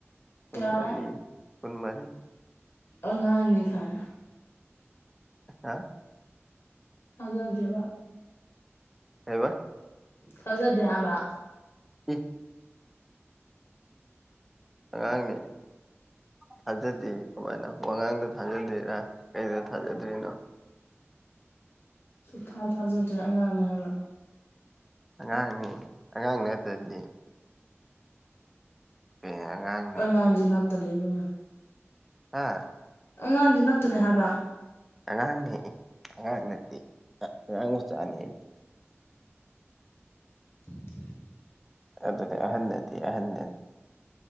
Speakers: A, in the centre; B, on the left.
A: ꯀꯨꯟꯃꯔꯤ
B: ꯌꯥꯔꯦ
A: ꯀꯨꯟꯃꯔꯤ
B: ꯑꯉꯥꯡꯅꯤ ꯈꯥꯏꯅ
A: ꯍꯥ
B: ꯊꯥꯖꯗꯦꯕ
A: ꯀꯩꯕ
B: ꯊꯥꯖꯗꯦ ꯍꯥꯕ
A: ꯑꯦ ꯑꯉꯥꯡꯅꯦ ꯊꯥꯖꯗꯦ ꯀꯃꯥꯏꯅ ꯋꯥꯉꯥꯡꯗ ꯊꯥꯖꯗ꯭ꯔꯤꯔꯥ ꯀꯩꯗ ꯊꯥꯖꯗ꯭ꯔꯤꯅꯣ
B: ꯁꯨꯡ ꯊꯥ ꯊꯥꯖꯗ꯭ꯔꯦ ꯑꯉꯥꯡꯅꯦ ꯍꯥꯏꯕ
A: ꯑꯉꯥꯡꯅꯤ ꯑꯉꯥꯡ ꯅꯠꯇ꯭ꯔꯗꯤ ꯑꯦ ꯑꯉꯥꯡ
B: ꯑꯉꯥꯡꯗꯤ ꯅꯠꯇꯅ ꯏꯕꯨꯡꯉꯣ
A: ꯍꯥ
B: ꯑꯉꯥꯡꯗꯤ ꯅꯠꯇꯅꯦ ꯍꯥꯏꯕ
A: ꯑꯉꯥꯡꯅꯦ ꯑꯉꯥꯡ ꯅꯠꯇꯦ ꯑꯉꯥꯡ ꯃꯆꯥꯅꯦ ꯑꯩꯗꯤ
B: <unintelligible>
A: ꯑꯗꯨꯅꯦ ꯑꯍꯟ ꯅꯠꯇꯦ ꯑꯍꯟꯅꯦ ꯑꯍꯟ